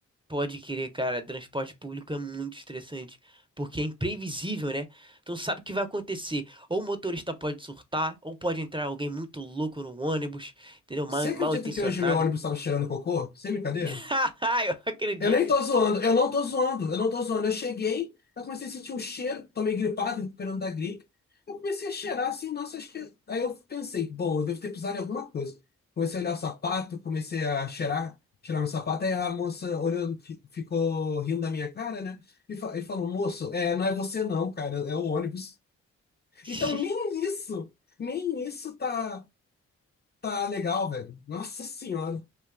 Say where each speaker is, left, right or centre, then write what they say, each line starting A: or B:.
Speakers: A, on the right; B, on the left.
A: Pode querer, cara. Transporte público é muito estressante, porque é imprevisível, né? Então sabe o que vai acontecer. Ou o motorista pode surtar, ou pode entrar alguém muito louco no ônibus, entendeu? Mal,
B: Você acredita
A: mal intencionado.
B: que hoje meu ônibus estava cheirando cocô? Sem brincadeira?
A: <laughs> Haha, eu acredito.
B: Eu nem tô zoando, eu não tô zoando, eu não tô zoando. Eu cheguei, eu comecei a sentir um cheiro, tomei gripado, recuperando da gripe. Eu comecei a cheirar assim, nossa, acho que. Aí eu pensei, bom, eu devo ter pisado em alguma coisa. Comecei a olhar o sapato, comecei a cheirar, cheirar meu sapato. Aí a moça olhando, fi- ficou rindo da minha cara, né? E, fa- e falou, moço, é, não é você não, cara, é o ônibus.
A: <laughs>
B: Então nem isso, nem isso tá, tá legal, velho. Nossa senhora.